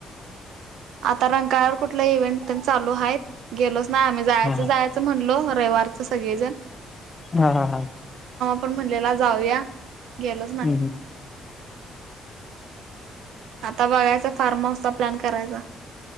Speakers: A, on the right; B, on the left.
A: आता रंकाळ्यावर कुठला इव्हेंट चालू आहेत गेलोच नाही आम्ही जायच
B: हा
A: जायच
B: हा
A: म्हणलो रविवार सगळेजण
B: हा हा हा
A: आपण म्हणलेला जाऊया गेलच नाही
B: हम्म
A: आता बघायचा फार्म हाऊसचा प्लॅन करायचा.